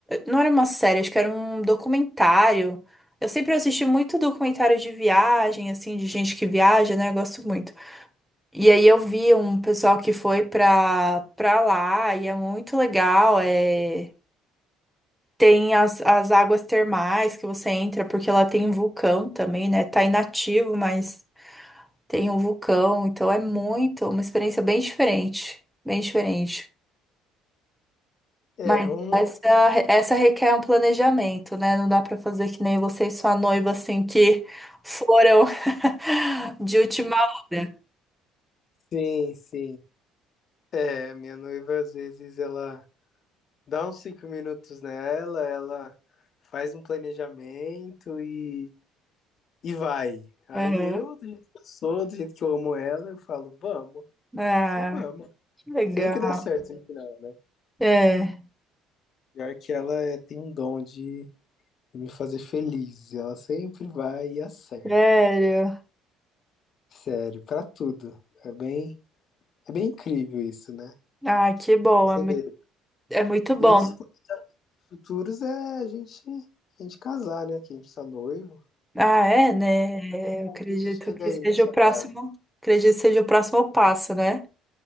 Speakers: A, in the centre; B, on the left (about 50°).
A: Não era uma série, acho que era um documentário. Eu sempre assisti muito documentário de viagem, assim, de gente que viaja, né? Eu gosto muito. E aí eu vi um pessoal que foi pra, pra lá e é muito legal. É... Tem as, as águas termais que você entra, porque ela tem um vulcão também, né? Tá inativo, mas tem um vulcão, então é muito, uma experiência bem diferente, bem diferente.
B: É,
A: Mas
B: um.
A: essa, essa requer um planejamento, né? Não dá pra fazer que nem você e sua noiva, assim, que foram <laughs> de última hora.
B: Sim, sim. É, minha noiva às vezes ela dá uns cinco minutos nela, ela faz um planejamento e, e vai. Aí
A: Uhum.
B: eu, do jeito que eu sou, do jeito que eu amo ela, eu falo, vamos,
A: Ah,
B: só vamos.
A: que legal.
B: E sempre dá certo no final, né?
A: É,
B: Pior que ela é- tem um dom de, de me fazer feliz. Ela sempre vai e acerta.
A: sério.
B: Sério, pra tudo. É bem, é bem incrível isso, né?
A: Ah, que bom,
B: Pra Você
A: é muito,
B: vê.
A: é muito bom.
B: E um dos futuros é a gente, a gente casar, né? Que a gente tá noivo.
A: Ah, é, né?
B: O
A: Eu
B: convite
A: acredito
B: chega
A: que
B: aí
A: seja
B: na sua
A: o próximo,
B: casa.
A: acredito que seja o próximo passo, né?